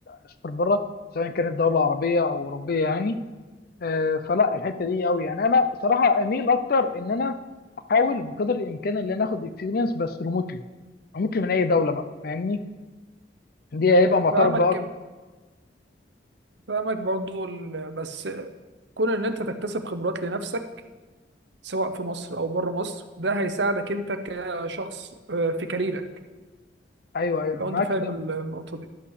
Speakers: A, on the left; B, on the right.
A: اسافر بره سواء كانت دوله عربيه او اوروبيه يعني آه، فلا الحته دي قوي يعني انا بصراحه اميل اكتر ان انا احاول بقدر الامكان ان انا اخد اكسبيرينس بس ريموتلي ريموتلي من اي دوله بقى فاهمني دي هيبقى معترف
B: فاهمك
A: بقى أكتر.
B: فاهمك برضو ال... بس كون ان انت تكتسب خبرات لنفسك سواء في مصر او بره مصر ده هيساعدك انت كشخص آه، في كاريرك
A: ايوه ايوه
B: لو
A: انا
B: انت
A: معاك
B: فاهم
A: في ده
B: ال- النقطه دي